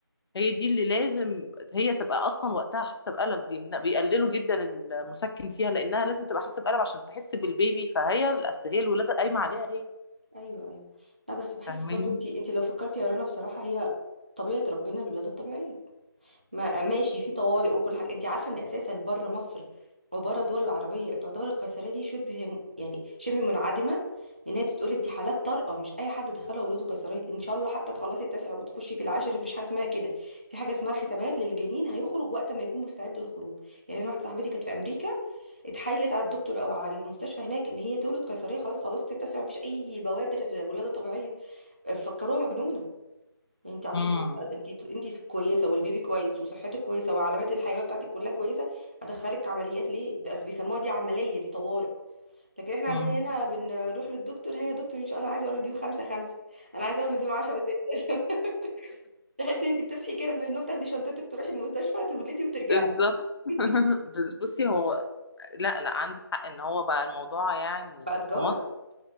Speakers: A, on the left; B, on the right.
A: هي دي اللي لازم هي تبقى أصلا وقتها حاسة بألم بيمن- بيقللوا جدا المسكن فيها لأنها لازم تبقى حاسة بألم عشان تحس بالبيبي فهي أصل هي الولادة قايمة عليها هي
B: أيوه أيوه لا بس بحس
A: فاهمين
B: برضو أنت أنت لو فكرتي يا رنا بصراحة هي طبيعة ربنا الولادة الطبيعية ما ماشي في طوارئ وكل حاجه انت عارفه ان اساسا بره مصر وبره الدول العربيه تعتبر القيصريه دي شبه م- يعني شبه منعدمه لانها تتقول دي حالات طارئه مش اي حد دخلها ولاده قيصريه ان شاء الله حتى تخلصي التاسع وتخشي في العاشر مفيش حاجه اسمها كده في حاجه اسمها حسابات للجنين هيخرج وقت ما يكون مستعد للخروج يعني انا واحده صاحبتي كانت في امريكا اتحايلت على الدكتور او على المستشفى هناك ان هي تولد قيصريه خلاص خلصت التاسع مفيش اي بوادر ولاده طبيعيه فكروها مجنونه انت عبيطه
A: امم
B: انت انت كويسه والبيبي كويس وصحتك كويسه وعلامات الحيويه بتاعتك كلها كويسه ادخلك عمليات ليه ده أس- بيسموها دي عمليه دي طوارئ لكن احنا
A: امم
B: عندنا هنا بنروح للدكتور هي يا دكتور ان شاء الله انا عايزه اولد يوم خمسة خمسة انا عايزه اولد يوم 10 6 <laughs> تحسي ان انت بتصحي كده من النوم تاخدي شنطتك تروحي المستشفى تولدي وترجعي
A: بالظبط <laughs>
B: <laughs>
A: بصي هو لا لا عندك حق إن هو بقى الموضوع يعني
B: بقى تجاره
A: في مصر